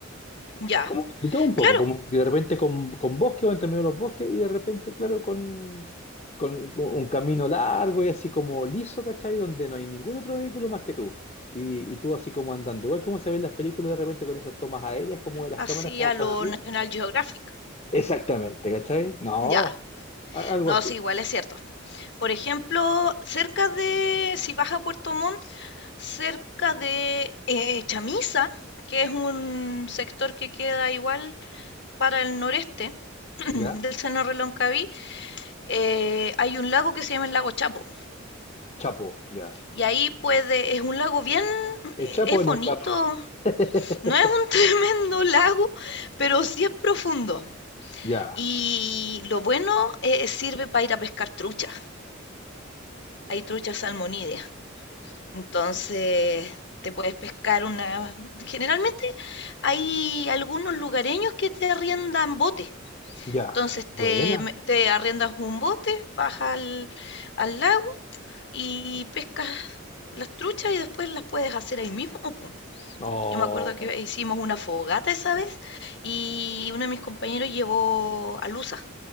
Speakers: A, on the left; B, on the left.
A: Ya.
B: Como de todo un poco,
A: Claro,
B: como que de repente con, con bosque o entre medio de los bosques y de repente, claro, con, con, con un camino largo y así como liso, ¿cachai? Donde no hay ningún otro vehículo más que tú. Y, y tú así como andando. Igual como se ven las películas de repente con esas tomas aéreas, como de las
A: así
B: cámaras como
A: a
B: están
A: lo
B: arriba.
A: National Geographic.
B: Exactamente, ¿cachai? No,
A: Ya,
B: a- algo
A: no,
B: así.
A: sí, igual es cierto. Por ejemplo, cerca de, si vas a Puerto Montt, cerca de eh, Chamisa, que es un sector que queda igual para el noreste
B: ¿Ya?
A: del seno Reloncaví, eh, hay un lago que se llama el lago Chapo.
B: Chapo, ya.
A: Y ahí puede, es un lago bien,
B: ¿Es
A: eh,
B: Chapo
A: es
B: o no
A: bonito,
B: es Chapo? <laughs>
A: no es un <laughs> tremendo lago, pero sí es profundo.
B: Ya,
A: Y lo bueno eh, sirve para ir a pescar trucha. Hay truchas salmonídeas. Entonces te puedes pescar una... Generalmente hay algunos lugareños que te arriendan botes.
B: ya.
A: Entonces te,
B: Buena.
A: te, arriendas un bote, bajas al, al lago y pescas las truchas y después las puedes hacer ahí mismo, po.
B: Oh,
A: Yo me acuerdo que hicimos una fogata esa vez y uno de mis compañeros llevó alusa